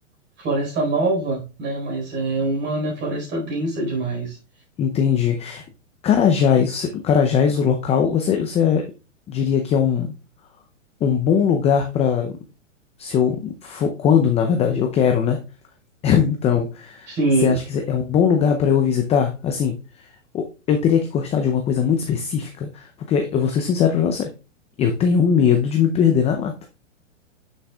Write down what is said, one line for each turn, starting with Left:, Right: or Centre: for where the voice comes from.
Right: floresta nova, né? Mas é uma, né, floresta densa demais.
Left: entendi. Carajás, se- Carajás, o local, você, você diria que é um, um bom lugar para se eu for, quando, na verdade, eu quero, né? <laughs> Então,
Right: Sim,
Left: você acha que é um bom lugar para eu visitar? Assim, o- eu teria que gostar de alguma coisa muito específica, porque eu vou ser sincero pra você. Eu tenho medo de me perder na mata.